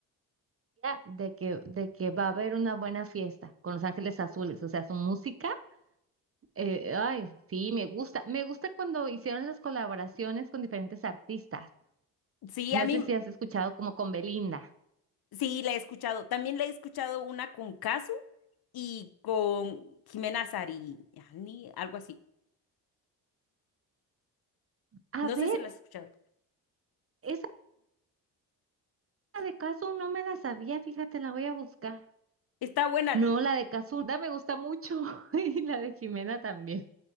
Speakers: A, on the right (about 30°); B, on the left (about 55°).
A: de que, de que va a haber una buena fiesta con Los Ángeles Azules. O sea, su música, eh, ay, sí, me gusta. Me gusta cuando hicieron las colaboraciones con diferentes artistas.
B: Sí,
A: No
B: a mí,
A: sé si has escuchado como con Belinda.
B: Sí, la he escuchado. También la he escuchado una con Casu y con Jimena Sariñani, algo así.
A: A
B: No
A: ver,
B: sé si la has escuchado.
A: esa de Casu no me la sabía, fíjate, la voy a buscar.
B: Está buena.
A: No,
B: N-
A: la de Caso me gusta mucho <laughs> y la de Jimena también.